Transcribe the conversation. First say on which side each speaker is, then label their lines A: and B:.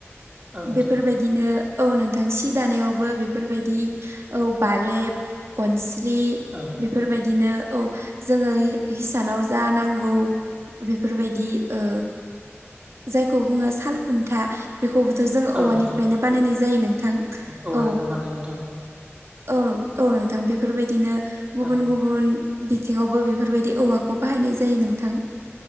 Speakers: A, on the right; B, on the right.
A: औ नोंथां
B: बेफोरबायदिनो औ नोंथां सि दानायावबो बेफोरबायदि औ बालेब गन स्रि
A: औ
B: बेफोरबायदिनो औ जोङो हिसानाव जा नांगौ बेफोरबायदि ओ जायखौ बुङो साल खुन्था बेखौबोथ' जों
A: औ
B: औवानिफ्रायनो
A: नोंथां
B: बानायनाय जायो नोंथां
A: औवाजोंनो
B: औ
A: बानायो नोंथां
B: औ औ नोंथां बेफोरबायदिनो गुबुन
A: औ
B: गुबुन बिथिङावबो बेफोरबायदि औवाखौ बाहायनाय जायो नोंथां